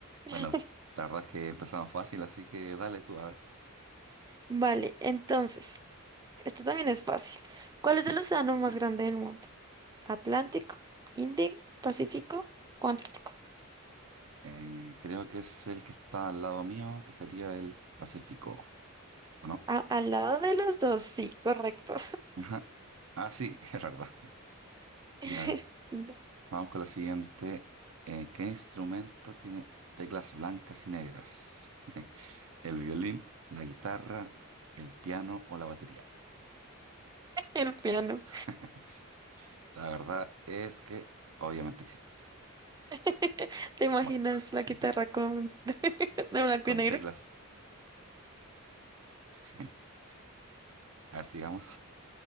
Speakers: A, on the right; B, on the right.
A: <laughs>
B: Bueno, la verdad es que empezamos fácil, así que dale tú, a ver.
A: Vale, entonces, esto también es fácil. ¿Cuál es
B: <laughs>
A: el océano más grande del mundo? ¿Atlántico, Índico, Pacífico o Antártico?
B: Eh, creo que es el que está al lado mío, que sería el Pacífico, ¿o no?
A: A- al lado de los dos, sí, correcto.
B: Ajá. Ah, sí, <laughs> es verdad.
A: <laughs>
B: Ya, mira, vamos con la siguiente. Eh, ¿qué instrumento tiene teclas blancas y negras? <laughs> ¿El violín, la guitarra, el piano o la batería?
A: El piano.
B: <laughs> La verdad es que, obviamente que sí.
A: <laughs> ¿Te imaginas
B: Bueno,
A: la guitarra
B: <laughs>
A: con de blanco
B: con
A: y negro?
B: teclas. <laughs> A ver, sigamos.